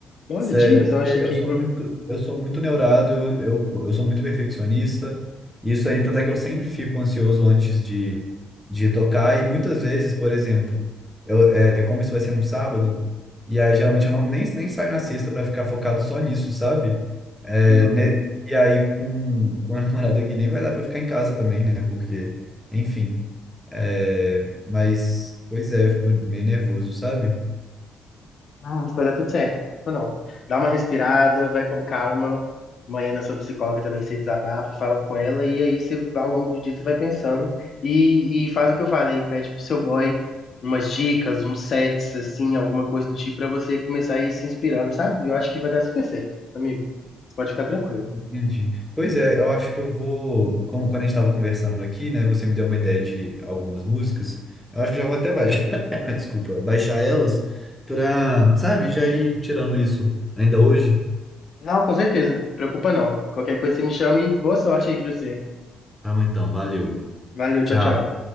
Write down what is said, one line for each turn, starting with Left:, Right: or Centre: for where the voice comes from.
Left: Olha,
Centre: Sério,
Left: dias? Eu
Centre: porque
Left: achei que.
Centre: eu sou muito, eu sou muito neurado, eu, eu, eu sou muito perfeccionista. Isso aí, tanto é que eu sempre fico ansioso antes de, de tocar. E muitas vezes, por exemplo, eu, é, como isso vai ser num sábado, e aí geralmente eu não, nem, nem saio na sexta para ficar focado só nisso, sabe? É,
Left: Uhum.
Centre: né, e aí com, com a <laughs> namorada aqui nem vai dar para ficar em casa também, né? Porque, enfim. é, Mas, pois é, eu fico meio nervoso, sabe?
Left: Ah, mas vai dar tudo certo. Ou não. Dá uma respirada, vai com calma. Amanhã na sua psicóloga também se desabafa, fala com ela, e aí você, ao longo do dia você vai pensando. E, e faz o que eu falei, pede pro seu boy umas dicas, uns sets, assim, alguma coisa do tipo, pra você começar a ir se inspirando, sabe? Eu acho que vai dar super certo, amigo. Você pode ficar tranquilo.
Centre: Entendi. Pois é, eu acho que eu vou, como quando a gente estava conversando aqui, né, você me deu uma ideia de algumas músicas, eu acho que já vou até baixar, <laughs> <coughs> desculpa, baixar elas pra, sabe, já ir tirando isso ainda hoje.
Left: Não, com certeza. Preocupa não. Qualquer coisa você me chama e boa sorte aí pra você.
Centre: Tá bom, então, valeu.
Left: Valeu, tchau,
Centre: Tchau.
Left: tchau.